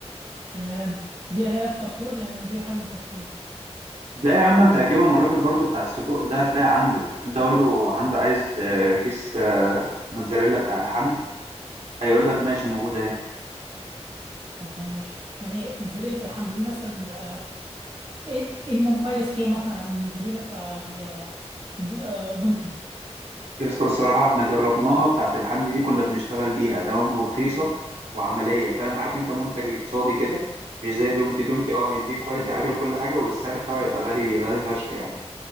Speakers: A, on the right; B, on the right.
A: تمام دي الاقيها في كارفور لان انا بجيب الحاجه من كارفور
B: لا يا عم انت هتجيبها من الراجل برضو بتاع السجق ده هتلاقي عنده انت قول له عنده عايز آه، كيس آه، موتزاريلا بتاع الحمد هيقول لك ماشي موجودة اهي
A: تمام ماشي يعني موتزاريلا الحمد دي مثلا آه، ايه إيه المميز فيها مثلا عن الموتزاريلا بتاع ال- د- آه، دومتي
B: يا اسطى الصراحة احنا جربناها بتاعة الحمد دي كنا بنشتغل بيها تمام ورخيصة وعملية فاهم عارف انت منتج اقتصادي كده مش زي دومتي دومتي اه هيديك كواليتي عالية وكل حاجة والسعر بتاعه يبقى غالي غالي فشخ يعني